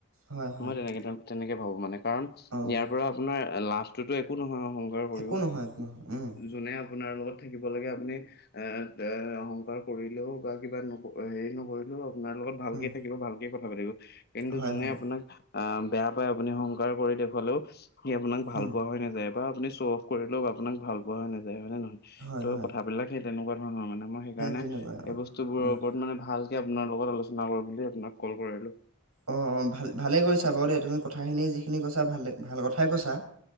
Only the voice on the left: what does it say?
মই তেনেকে টাইপ তেনেকে ভাবোঁ মানে', কাৰণ,
ইয়াৰ পৰা আপোনাৰ লাভটোত একো নহয় অ', কৰিও।
যোনে আপোনাৰ লগত থাকিব লাগে, আপুনি', এ', - এ', অহংকাৰ কৰিলেও বা কিবা নকয় এ', হেৰি নহয় বোলোঁ আপোনাৰ লগত', ভালকে
থাকিব, ভালকে কথা পাতিব, কিন্তু
যোনে
আপোনাক ভাল', আহ', বেয়া পাই আপুনি অহংকাৰ কৰি দেখুৱালেও, সি আপোনাক ভাল
পোৱা হৈ নাযায় বা আপুনি শ্বো অফ্ ক', কৰিলেও আপোনাক ভাল পোৱা নাযায়, হয় নে নহয়,
ত'
কথ বিলাক সেই তেনেকুৱা ধৰণৰ মানে', মই সেই কাৰণে,
এই বস্তুবোৰৰ
ওপৰত মানে ভালকে আপোনাৰ লগত আলোচনা কৰোঁ বুলি আপোনাক কল কৰিলোঁ',